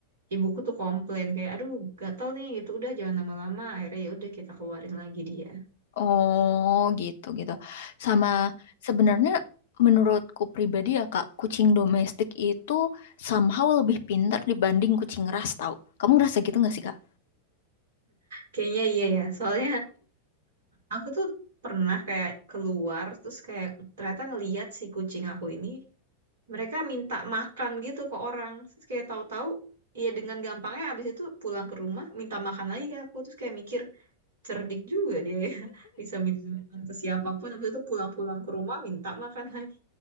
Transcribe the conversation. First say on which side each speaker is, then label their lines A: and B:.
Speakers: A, on the right; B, on the left.
A: ibuku tuh komplain kayak aduh gatel nih gitu udah jangan lama-lama akhirnya ya udah kita keluarin lagi dia
B: Oh gitu gitu. Sama sebenarnya menurutku pribadi ya Kak, kucing domestik itu somehow lebih pintar dibanding kucing ras tau. Kamu ngerasa gitu gak sih Kak?
A: Kayaknya iya ya. Soalnya aku tuh pernah kayak keluar terus kayak ternyata ngeliat si kucing aku ini mereka minta makan gitu ke orang. Terus kayak tahu-tahu ya dengan gampangnya abis itu pulang ke rumah minta makan lagi ke aku terus kayak mikir cerdik juga dia ya <laughs> bisa minta makan ke siapapun abis itu pulang-pulang ke rumah minta makan lagi.